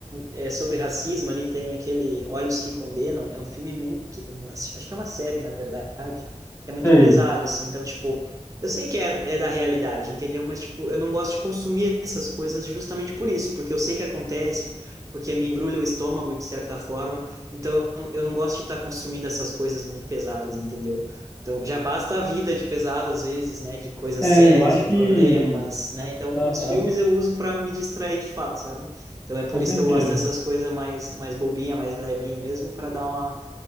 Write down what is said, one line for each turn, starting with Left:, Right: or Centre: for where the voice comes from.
Right: é sobre racismo, ali tem aquele Olhos que Condenam, é um filme muito, acho que é uma série, na verdade, é muito
Left: sei.
Right: pesado, assim. Então, tipo, eu sei que é, é da realidade, entendeu? Mas, tipo, eu não gosto de consumir essas coisas justamente por isso, porque eu sei que acontece, porque me embrulha o estômago de certa forma. Então, eu não gosto de estar consumindo essas coisas muito pesadas, entendeu? Então, já basta a vida de pesado às vezes, né? De coisas
Left: É,
Right: sérias,
Left: eu acho
Right: de
Left: que.
Right: problemas, né? Então,
Left: Aham,
Right: os filmes eu uso para me distrair de fato, sabe? Então, é por
Left: com certeza.
Right: isso que eu gosto dessas coisas mais, mais bobinha, mais levinha mesmo, para dar uma,